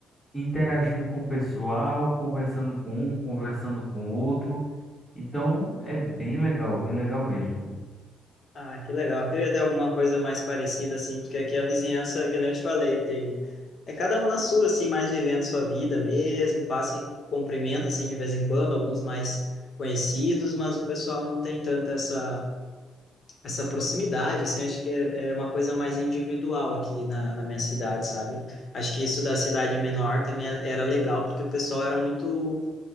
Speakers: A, in the centre; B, on the left.
A: interagindo com o pessoal, conversando com um, conversando com outro. Então é bem legal, bem legal mesmo.
B: Ah, que legal. Eu Queria ter alguma coisa mais parecida, assim, porque aqui a vizinhança, que nem eu te falei, tem. É cada um na sua, assim, mais vivendo sua vida mesmo, passa e cumprimenta, assim, de vez em quando, alguns mais conhecidos, mas o pessoal não tem tanta essa, essa proximidade, assim, acho que é é uma coisa mais individual aqui na, na minha cidade, sabe? Acho que isso da cidade menor também era legal, porque o pessoal era muito